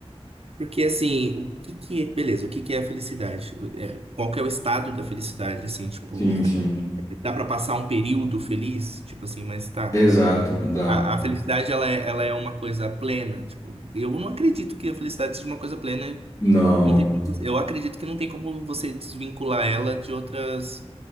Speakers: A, on the right (about 65°); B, on the left (about 30°).
A: porque assim, o que que é, beleza, o que que é a felicidade? O- É, qual que é o estado da felicidade, assim, tipo,
B: Sim, sim.
A: dá pra passar um período feliz? Tipo assim, mas tá.
B: Exato, dá.
A: A, a felicidade, ela é, ela é uma coisa plena. Tipo, eu não acredito que a felicidade seja uma coisa plena.
B: Não,
A: Não tem, como- eu acredito que não tem como você desvincular ela de outras